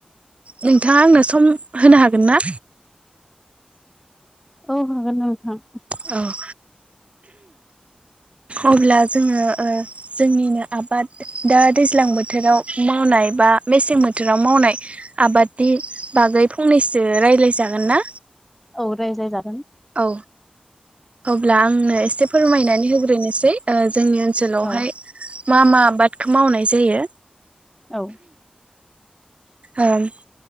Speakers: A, on the right; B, in the centre.
A: नोंथाङा आंनो सम होनो हागोन ना
B: औ हागोन नोंथां
A: औ अब्ला जोङो ओ जोंनिनो आबाद दा दैज्लां बोथोराव मावनाय बा मेसें बोथोराव मावनाय आबादनि बागै फंनैसो रायलाय जागोन ना?
B: औ रायज्लायजागोन।
A: औ अब्ला आंनो एसे फोरमायनानै होग्रोनोसै ओ जोंनि ओन सोलावहाय
B: औ
A: मा मा आबादखौ मावनाय जायो
B: औ
A: ओं